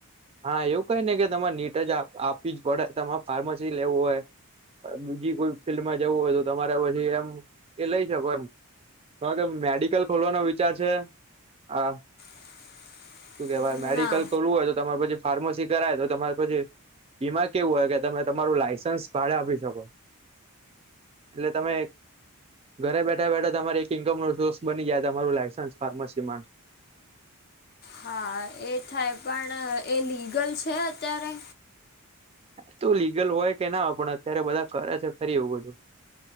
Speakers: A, on the right (about 25°); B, on the left (about 45°).
A: હા, એવું કઈ ને કે તમારે નીટ જ આ-આપવી જ પડે. તમાર ફાર્મસી લેવું હોય અ બીજી કોઈ ફિલ્ડમાં જવું હોય તો તમારે પછી એમ, એ લઈ શકો એમ. તો જો કે મેડિકલ ખોલવાનો વિચાર છે, આ
B: <inaudible>
A: શું કેહેવાય, મેડિકલ
B: ના
A: કરવું હોય તો તમારે પછી ફાર્મસી કરાય, તો તમાર પછી એમા કેવું હોય કે તમે તમારું લાયસન્સ ભાડે આપી શકો. એટલે તમે ઘરે બેઠા-બેઠા તમાર એક ઇન્કમનો સોર્સ બની જાય, તમારું લાયસન્સ ફાર્મસીમાં.
B: હા, એ થાય પણ એ લીગલ છે, અત્યારે?
A: તો લીગલ હોય કે ના હોય પણ અત્યારે બધા કરે છે, ખરી એવું બધું.